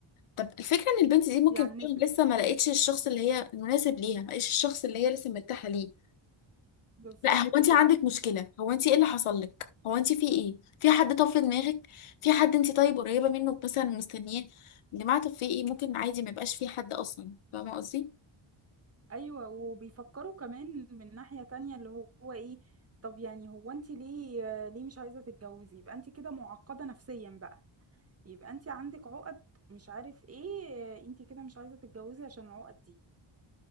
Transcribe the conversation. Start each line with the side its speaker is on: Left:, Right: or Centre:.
Left: طب الفكرة ان البنت دي ممكن
Right: يعنست
Left: فعلا لسه ما لقيتش الشخص اللي هي المناسب ليها ما لقيتش الشخص اللي هي لسه مرتاحة ليه
Right: بالظبط
Left: لا هو انت
Right: كده
Left: عندك مشكلة هو انت ايه اللي حصل لك هو انت في ايه في حد طف في دماغك في حد انت طيب قريبة منه مثلا مستنياه يا جماعة طب في ايه ممكن عادي ما يبقاش في حد اصلا فاهمة قصدي
Right: ايوه وبيفكروا كمان من ناحية تانية اللي هو هو ايه طب يعني هو انتي ليه ليه مش عايزة تتجوزي يبقى انتي كده معقدة نفسيا بقى يبقى انت عندك عقد مش عارف ايه انت كده مش عايزة تتجوزي عشان العقد دي